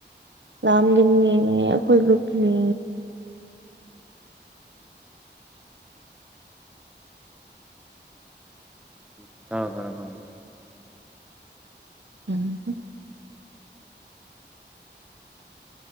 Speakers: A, on the right; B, in the centre.
A: ꯂꯝꯒꯅꯤ ꯑꯩꯈꯣꯏ ꯭ꯔꯨꯞꯨꯞꯅꯤ
B: ꯎ ꯇꯔꯣ ꯇꯔꯣ ꯐꯅꯤ
A: ꯎꯝ